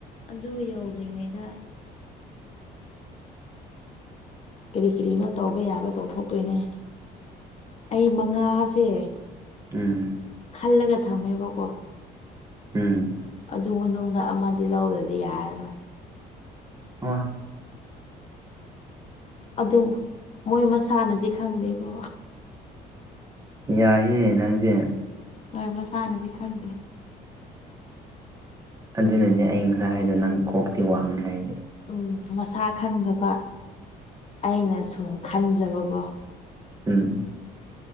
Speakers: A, on the left; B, on the right.
A: ꯑꯗꯨ ꯌꯧꯗ꯭ꯔꯤꯉꯩꯗ ꯀꯔꯤ ꯀꯔꯤꯅꯣ ꯇꯧꯕ ꯌꯥꯕ ꯇꯧꯊꯣꯛꯇꯣꯏꯅꯦ ꯑꯩ ꯃꯉꯥꯁꯦ
B: ꯎꯝ
A: ꯈꯜꯂꯒ ꯊꯝꯃꯦꯕꯀꯣ
B: ꯎꯝ
A: ꯑꯗꯨ ꯃꯅꯨꯡꯗ ꯑꯃꯗꯤ ꯂꯧꯗ꯭ꯔꯗꯤ ꯌꯥꯔꯔꯣꯏ
B: ꯍꯣꯏ
A: ꯑꯗꯨꯝ ꯃꯣꯏ ꯃꯁꯥꯅꯗꯤ ꯈꯪꯗꯦꯀꯣ
B: ꯌꯥꯏꯅꯦ ꯅꯪꯖꯦ
A: ꯍꯣꯏ ꯃꯁꯥꯅꯗꯤ ꯈꯪꯗꯦ
B: ꯑꯗꯨꯅꯅꯦ ꯑꯩ ꯉꯁꯥꯏ ꯍꯥꯏꯗꯣ ꯅꯪ ꯀꯣꯛꯇꯤ ꯋꯥꯡꯉꯦ ꯍꯥꯏꯗꯣ
A: ꯎꯝ ꯃꯁꯥ ꯈꯟꯗꯕ ꯑꯩꯅ ꯁꯨꯝ ꯈꯟꯖꯕꯀꯣ
B: ꯎꯝ